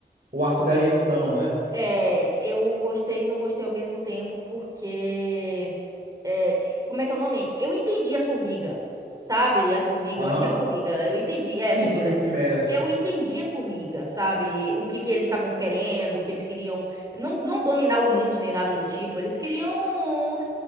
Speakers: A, on the right; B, on the right.
A: O arco da eleição, né?
B: É, eu gostei e não gostei ao mesmo tempo porque, é, como é que é o nome? Eu entendi as formigas, sabe? As formigas,
A: Aham.
B: eu acho que é formiga, eu entendi, é,
A: Sim,
B: formiga.
A: Formigas Quimera.
B: Eu entendi as formigas, sabe? O que que eles estavam querendo, o que eles queriam não, não dominar o mundo nem nada do tipo. Eles queriam